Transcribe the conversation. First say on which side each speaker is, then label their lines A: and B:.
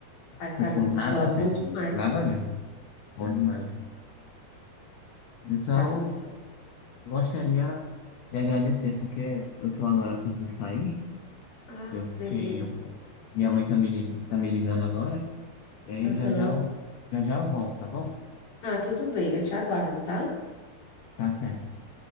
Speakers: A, on the left (about 50°); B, on the left (about 75°).
A: A carne
B: Então, tipo, nada
A: de sol
B: a
A: é bom
B: ver.
A: demais.
B: Nada a ver. Bom demais. Então,
A: Carne de sol.
B: gostaria de agradecer, porque eu tô agora, preciso sair.
A: Ah,
B: Eu fiquei
A: beleza.
B: um pouco. Minha mãe tá me, li- tá me ligando agora. E aí
A: Aham.
B: já já eu, já já eu volto, tá bom?
A: Ah, tudo bem, eu te aguardo, tá?
B: Tá certo.